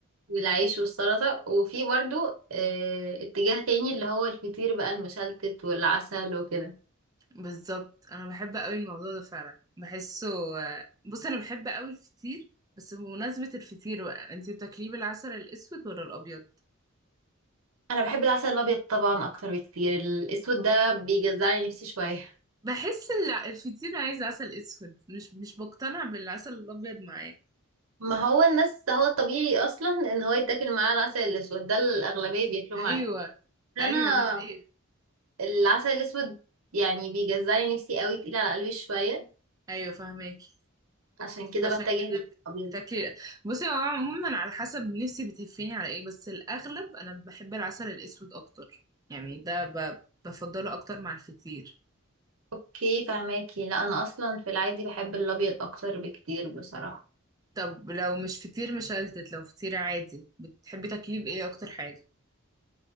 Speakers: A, on the right; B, on the right.
A: والعيش والسلطة وفي برضو آه، اتجاه تاني اللي هو الفطير بقى المشلتت والعسل وكده
B: بالظبط انا بحب قوي الموضوع ده فعلا بحسه آه، بص انا بحب قوي الفطير بس بمناسبة الفطير بقى انتي بتاكليه بالعسل الاسود ولا الابيض
A: أنا بحب العسل الأبيض طبعا أكتر بكتير الأسود ده بيجزعلي نفسي شوية <laughs>
B: بحس ال- الفطير عايز عسل اسود مش مش بقتنع بالعسل الابيض معاه
A: ما هو الناس هو الطبيعي أصلا إن هو يتاكل معاه العسل الأسود ده الأغلبية بياكلوه
B: ايوه
A: معاه انا
B: ايوه دي حقيقة
A: العسل الأسود يعني بيجزعني نفسي قوي تقيل على قلبي شوية
B: ايوه فهماكي
A: عشان كده
B: فعشان
A: بتجه
B: كده
A: للأبيض
B: بتاكلي بصي هو عموما على حسب نفسي بتهفيني على ايه بس الاغلب انا بحب العسل الاسود اكتر يعني ده ب... بفضله اكتر مع الفطير
A: اوكي فهماكي لا أنا أصلا في العادي بحب الأبيض أكتر بكتير بصراحة
B: طب لو مش فطير مشلتت لو فطير عادي بتحبي تاكليه بايه اكتر حاجه